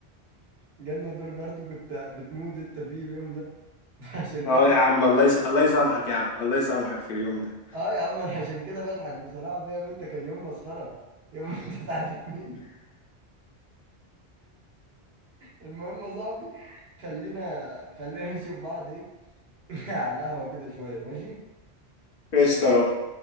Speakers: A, on the right (about 65°); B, on the left (about 60°).
A: جالنا دور برد كنت بتموت انت فيه اليوم ده <laughs> عشان
B: اه
A: كده
B: يا عم الله يس... الله يسامحك يا عم الله يسامحك في اليوم ده
A: اه يا عم انا عشان كده بضحك بصراحه فاهم انت كان يوم مسخره يوم <laughs> ما انت اتعديت مني المهم يا صاحبي خلينا خلينا نشوف بعض ايه <laughs> على القهوه كده شويه ماشي
B: ايش طب